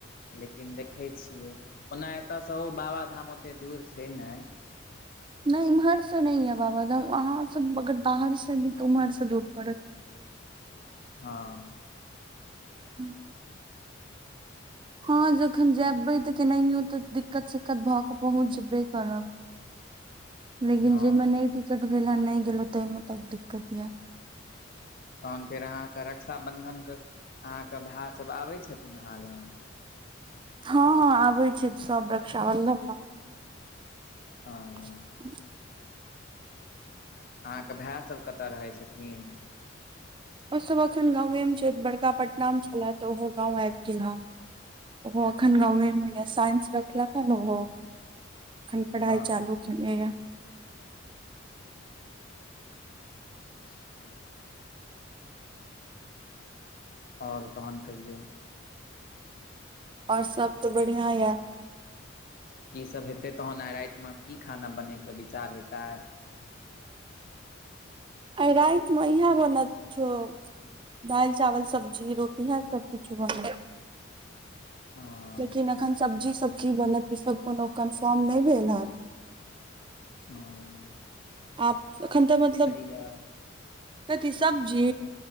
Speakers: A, on the left; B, on the right.
A: लेकिन देखै छियै ओना एतयसँ ओ बाबाधाम ओते दूर छै ने
B: नहि इम्हर से नहि य बाबा धाम अहाँ सब अगर बाहर से एबै तऽ उम्हर से दूर पड़त
A: हँ
B: <inaudible> हँ जखन जयबै तऽ केनाहियो तऽ दिक्कत सिक्कत भऽ कऽ पहुँचबे जैबे करब
A: <inaudible>
B: लेकिन
A: हँ
B: जाहिमें नहि टिकट भेल ह नहि गेलो तेमे त दिक्कत य
A: तहन फेर अहाँके रक्षाबन्धनके अहाँके भाई सब आबै छथिन अहाँ ल
B: हँ हँ आबे छै सब रक्षाबंधन मे
A: <unintelligible>
B: ह <inaudible>
A: अहाँके भै सब कत रहै छथिन
B: ओ सब अखन गांउये मे छइथ बड़का पटना में छलए तऽ ओहो गाँंव आइब गेल हं ओ अखन गाँव में यै साइंस रखलक हन ओहो अखन पढ़ाइ
A: हँ
B: चालू ने
A: अच्छा ओर तहन कहियौ
B: ओर सब तऽ बढ़िआ यै
A: की सब हेतै तहन आइ राइत में की खाना बनयके विचार हेतै
B: आइ राइत मे इहे बनत छो दाइल चावल सब्जी रोटी इहे सबकिछो बनत
A: हं
B: लेकिन अखन सब्जी सब की बनत ई सब कोनो कन्फर्म नइ भेल हन
A: हँ
B: आब एखन तऽ मतलब
A: या
B: कथी सब्जी